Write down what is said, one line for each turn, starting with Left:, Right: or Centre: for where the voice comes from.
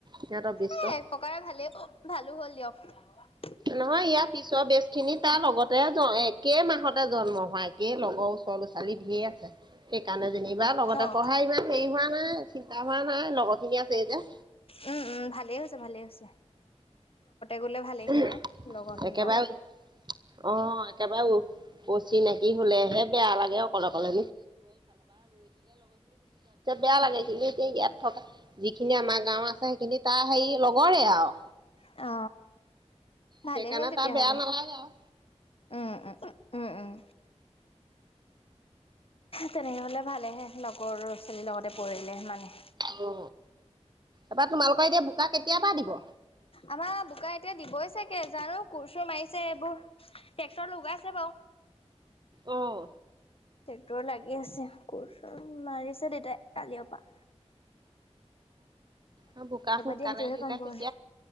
Right: সিহঁতৰ বেষ্টত।
Left: এ এক প্ৰকাৰে ভালেই ভালো হ'ল দিয়ক
Right: নহয় ইয়াৰ পিছৰ বেজ খিনি তাৰ লগতে <unintelligible> একে মাহত জন্ম হোৱা একে লগৰ ওচৰ লৰা ছোৱালী ধে আছে সেইকাৰণে যেনিবা লগতে
Left: অ'
Right: পঢ়া ইমান হেৰি হোৱা নাই। চিন্তা হোৱা নাই লগৰ খিনি আছেই যে
Left: উম, উম ভালেই হৈছে ভালেই হৈছে গ'লে ভালেইহে
Right: <unintelligible>
Left: অ লগৰ খিনিৰ
Right: একেবাৰে
Left: লগত
Right: অ একেবাৰে অচিনাকি হলেহে বেয়া লাগে অকলে অকলে বেয়া লাগে কিন্তু এতিয়া ইয়াত থকা যিখিনি আমাৰ গাঁও আছে সেইখিনি তাৰ হেৰি লগৰে আৰু
Left: অ ভালেই
Right: সেইকাৰণে
Left: হ'ল তেতিয়াহ'লে
Right: তাৰ বেয়া নালাগে আৰু
Left: উম, উম, উম, উম, উম তেনেকে হলে ভালেহে লগৰ ল'ৰা ছোৱালীৰ লগতে পঢ়িলে মানে
Right: অ তাপা তোমালোকৰ এতিয়া বোকা কেতিয়াৰ পৰা দিব?
Left: আমাৰ বোকা এতিয়া দিবই চাগে জানো কোৰ চোৰ মাৰিছে। এইবোৰ ট্ৰেক্টৰ লগাইছে বাৰু
Right: অঁ
Left: টেক্টৰ লাগি আছে <unintelligible> মাৰিছে দেতাই কালিয়পা
Right: অঁ বোকা সোনকালে
Left: দিয়ে সেইটোহে
Right: দিলে
Left: গম পোৱা
Right: তে
Left: নাই